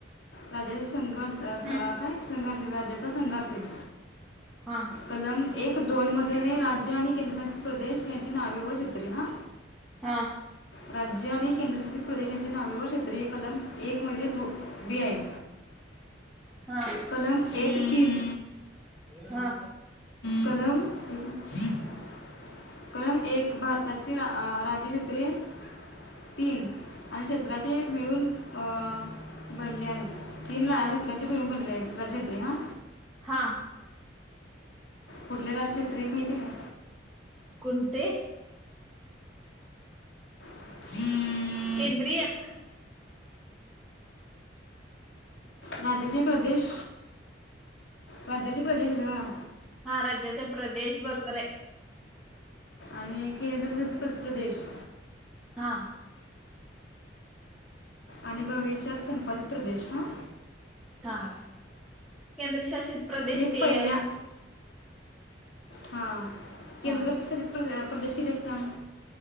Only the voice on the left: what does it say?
राज्याचा संघ
काय संघ असेल राज्याचा संघ असेल,
कलम एक, दोन मध्ये हे राज्य आणि केंद्रशासित प्रदेश यांची नावे व क्षेत्रीय हा
राज्य आणि केंद्रशासित प्रदेशांच्या नावेवर क्षेत्रीय कलम एक मध्ये दो बी आहे.
कलम एक तीन
कलम <unintelligible> कलम एक भारताचे अं राज्यक्षेत्रीय तीन आणि क्षत्राचे मिळून अं बनले आहेत. तीनला क्षेत्राचे भरून भरले आहेत. राज्यक्षेञ हा
कुठले राज क्षत्रीय माहितीे का?
<inaudible>
राज्याचे प्रदेश राज्याचे प्रदेश गं.
आणि केंद्रशासित प्र प्रदेश
आणि भविष्यात संपादित प्रदेश हं
हे
पहिल्या हा केंद्रप्रशासित
प्रदेश कितीे सांग?